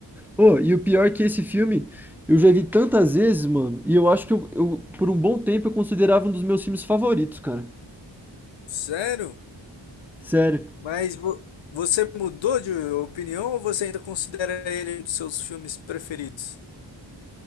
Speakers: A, in the centre; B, on the left.
A: Ô, e o pior é que esse filme eu já vi tantas vezes, mano, e eu acho que eu, eu, por um bom tempo eu considerava um dos meus filmes favoritos, cara.
B: Sério?
A: Sério.
B: Mas vo- você mudou de opinião ou você ainda considera ele um dos seus filmes preferidos?